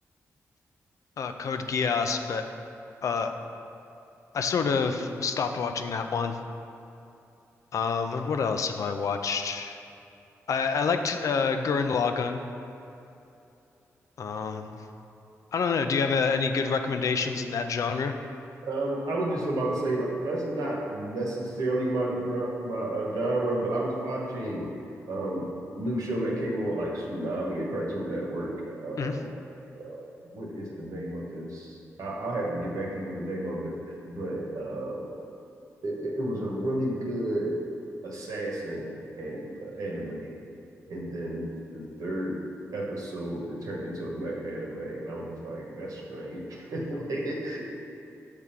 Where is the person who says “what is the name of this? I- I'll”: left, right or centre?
Right